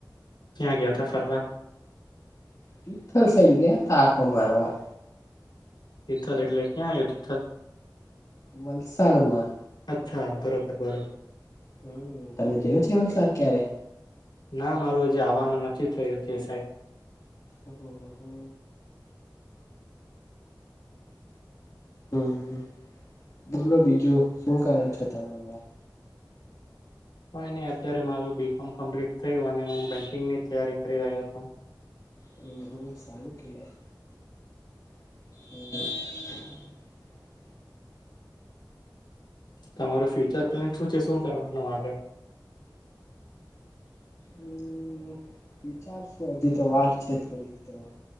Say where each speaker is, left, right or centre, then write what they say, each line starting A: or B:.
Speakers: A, on the left; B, on the left.
A: ક્યાં ગયા ત ફરવા
B: તિથલ સઈડ ગયા ત આટો મારવા
A: તિથલ એટલે ક્યાં આવ્યો તિથલ
B: વલસાડમાં
A: હા બરોબર બરોબર
B: હમ તમે જોયો છે વલસાડ ક્યારે
A: ના મારું હજ આવવાનો નથી થયો કે સાહે
B: ઓહો હો હુહમ બોલો બીજું શું કરો છો તમે હમણાં
A: હ નહી અત્યારે મારું બીકોમ કમ્પ્લીટ થયું અને હું બેંકિંગની તૈયારી કરી રહ્યો છું
B: હુમ હુમ સારું કેવાય હુમ
A: તમારું ફ્યુચર પ્લાન શું છે શું કરવાનું આગળ
B: હુમ વિચારશું હુજ તો વાર છે થોડીક તો